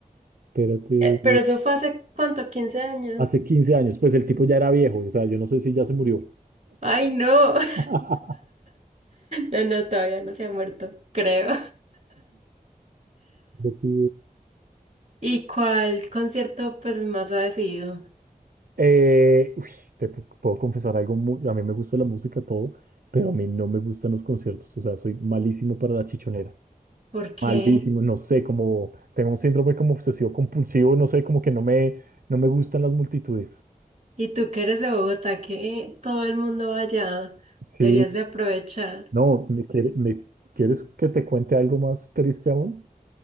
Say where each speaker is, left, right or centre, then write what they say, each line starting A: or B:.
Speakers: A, on the right (about 80°); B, on the right (about 45°).
A: Espérate,
B: Eh, pero eso fue hace, ¿cuánto? quince años?
A: hace 15 años, pues el tipo ya era viejo, o sea, yo no sé si ya se murió.
B: Ay, no. <laughs>
A: <laughs>
B: No, no, todavía no se ha muerto, creo.
A: Ya te
B: ¿Y cuál concierto pues más ha decidido?
A: Eh, uy, te pu- puedo confesar algo, mu- a mí me gusta la música, todo, pero a mí no me gustan los conciertos, o sea, soy malísimo para la chichonera,
B: ¿Por qué?
A: malísimo, no sé, como tengo un síndrome como obsesivo compulsivo, no sé, como que no me, no me gustan las multitudes.
B: Y tú que eres de Bogotá, que todo el mundo va allá,
A: Sí,
B: deberías de aprovechar.
A: no, me, quiere- me- ¿quieres que te cuente algo más triste aún?